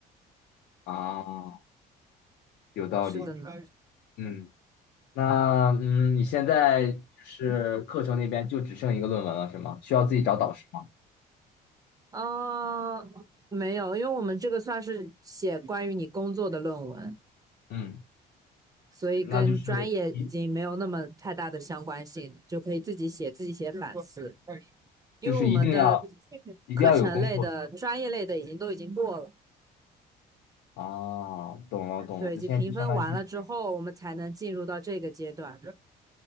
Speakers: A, on the left; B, on the right.
A: 啊，有道理。
B: 是的呢。
A: 嗯，那嗯，你现在是课程那边就只剩一个论文了是吗？需要自己找导师吗？
B: 哦，没有，因为我们这个算是写关于你工作的论文，
A: 嗯，
B: 所以跟专业已经没有那么太大的相关性，
A: 那就是一。
B: 就可以自己写，自己写反思。因为我们的
A: 就是一定要一定要有工作
B: 课程类的、专业类的已经都已经过了，
A: 啊，懂了懂了，
B: 对，
A: 那现在就相当于是事
B: 已经评分完了之后，我们才能进入到这个阶段。